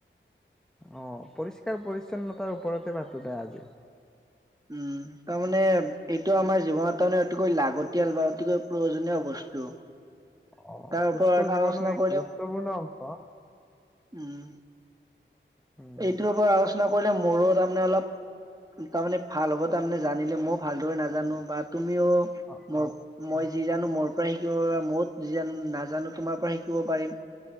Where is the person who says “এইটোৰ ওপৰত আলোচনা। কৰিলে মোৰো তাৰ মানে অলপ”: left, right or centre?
Right